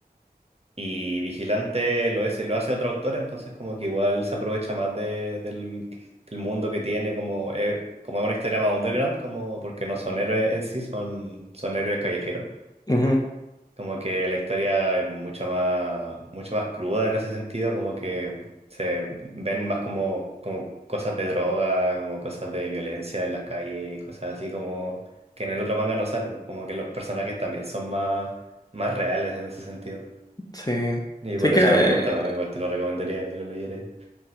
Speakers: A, on the right (about 40°); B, on the left (about 25°).
A: Y Vigilante lo es, lo hace otro autor, entonces como que igual se aprovecha más de- del, del mundo que tiene, como, eh, como es una historia más underground, como porque no son héroes en sí, son, son héroes callejeros.
B: ujú,
A: Como que la historia es mucho más, mucho más cruda en ese sentido, como que se ven más como, como cosas de droga, como cosas de violencia en las calles y cosas así como que en el otro manga no sale, pues, como que los personajes también son más, más reales en ese sentido.
B: Sí.
A: Y
B: Sí
A: por
B: que.
A: eso
B: eh,
A: me gusta más, igual te lo recomendaría que lo leyerais.